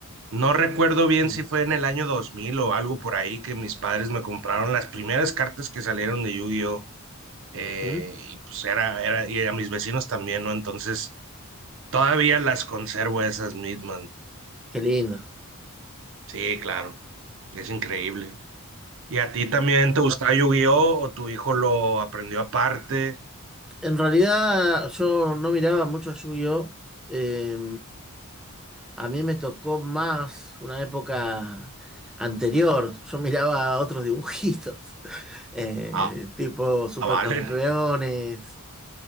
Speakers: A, on the right; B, in the centre.
A: no recuerdo bien
B: Sí.
A: si fue en el año 2000 o algo por ahí que mis padres me compraron las primeras cartas que salieron de Yu-Gi-Oh! Eh,
B: Ujú.
A: y pues era, era, y a mis vecinos también, ¿no? Entonces, todavía las conservo esas mismas.
B: Qué lindo.
A: Sí, claro, es increíble. ¿Y a ti también te gustaba Yu-Gi-Oh! o tu hijo lo aprendió aparte?
B: En realidad yo no miraba mucho Yu-Gi-Oh! Eh, a mí me tocó más una época anterior. Yo miraba otros dibujitos, <laughs> eh,
A: Ah,
B: tipo Supercampeones,
A: ah, vale.